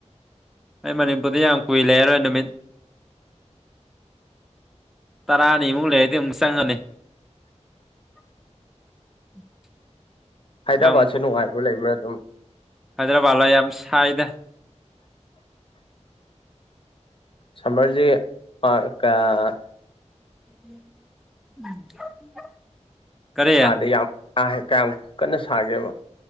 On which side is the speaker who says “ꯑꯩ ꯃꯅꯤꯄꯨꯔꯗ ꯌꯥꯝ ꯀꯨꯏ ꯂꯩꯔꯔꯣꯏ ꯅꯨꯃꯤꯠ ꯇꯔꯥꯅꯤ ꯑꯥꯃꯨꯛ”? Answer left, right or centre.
Centre